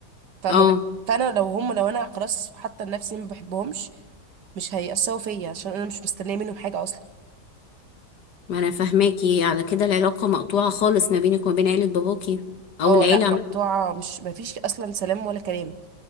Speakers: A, on the right; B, on the left.
A: فما
B: اه
A: ب... فانا لو هم لو انا خلاص حاطه لنفسي ما بحبهمش مش هيأثروا فيا عشان انا مش مستنيه منهم حاجه اصلا
B: ما انا فاهماكي على كده العلاقة مقطوعة خالص ما بينك وما بين عيلة باباكي او
A: اه
B: العيلة
A: لا
B: عم-
A: مقطوعه مش ما فيش اصلا سلام ولا كلام